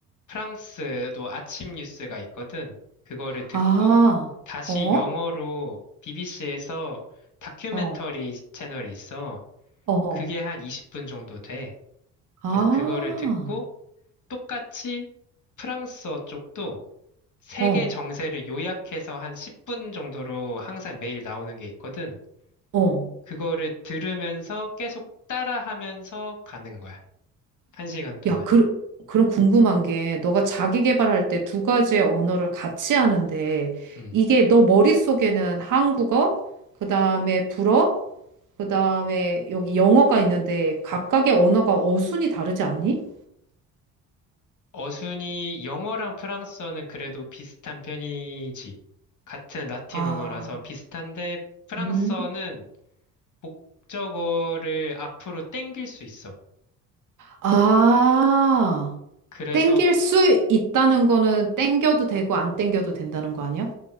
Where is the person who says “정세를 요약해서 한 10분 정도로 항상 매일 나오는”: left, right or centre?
Left